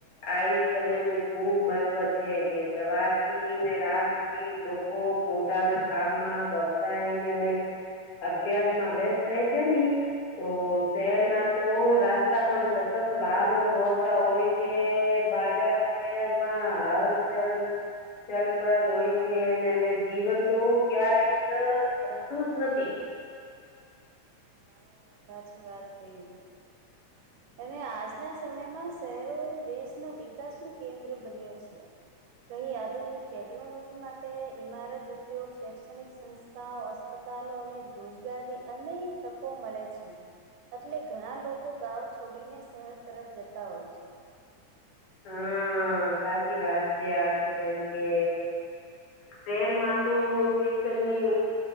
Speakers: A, on the left (about 45°); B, on the right (about 80°).
A: આ સમય નું ખુબ મહત્વ છે કે સવાર થી ને રાત સુધી લોકો પોતાના કામમાં વ્યવસાયને અભ્યાસ માં વ રહે છે ની તો શહેર ના તો રાસ્તા પણ સતત વાહનો દોડતા હોય જે બાજારોમાં હાલચલ ચલપલ હોય છે અને એ જીવન તો ક્યારેક ગમતું જ નથી
B: હા સાચી વાત કઈ અને આજના આ સમયમાં શહેરો દેશના વિકાસનું કેન્દ્ર બન્યો છે કઈ આધુનિક ટેકનોલોજી માટે ઇમારત ઉદ્યોગ શૈક્ષણિક સંા અસ્પતાલો અને રોજગારની અનેક તકો મળે છે એટલે ઘણા લોકો ગાં છોડીને શહેર તરફ જતા હોય છે
A: હા સાચી વાત છે આ તો બેમ કે શહેરમાં તો શિક્ષણની ઉ